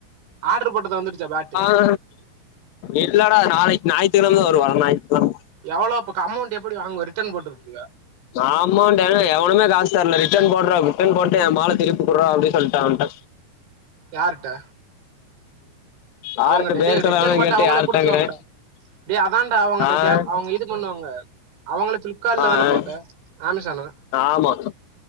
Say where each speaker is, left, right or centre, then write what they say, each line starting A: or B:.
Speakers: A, on the right; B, on the left.
A: ஆட்ரு போட்டது வந்துருச்சா பேட்டு
B: அ இல்லடா நாளைக் ஞாயித்கெழம தா வரு வர ஞாயித்கெழம
A: எவ்வளோப்க்கு அமௌண்ட் எப்டி வாங்குவ ரிட்டர்ன் போட்டு உட்ருவியா
B: ஆமோன்டே எவனுமே காஸ் தரல ரிட்டன் போட்ற ரிட்டன் போட்டு எ மால திருப்பி குட்றா அப்டி சொல்ட்டே அவன்ட்ட
A: யார்ட்ட
B: யார்ட்ட
A: அவ்ங்கிட்ட
B: பேர்
A: டே
B: சொல்ல
A: ரிட்டன்
B: வேணான்
A: போட்டா
B: கேட்டு
A: அவுங்களே
B: யார்ட்டங்கிறே
A: குடுத்துருவாங்கடா டே அதான்டா அவங்கட்ட
B: ஆ
A: கேப் அவுங்க இது பண்ணுவாங்க அவுங்கள பிளிப்காட்ல
B: ஆ
A: தான போட்ட ஆமேசானா
B: ஆமா